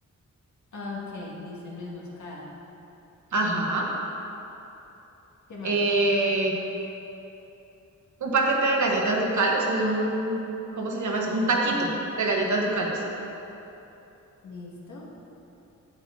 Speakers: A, on the left (about 65°); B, on the right (about 65°).
A: Ok, listo, no es moscada.
B: Ajá.
A: ¿Qué más?
B: Eh, un paquete de galletas ducales, un, ¿cómo se llama
A: <laughs>
B: eso? Un taquito de galletas ducales.
A: Listo. Listo.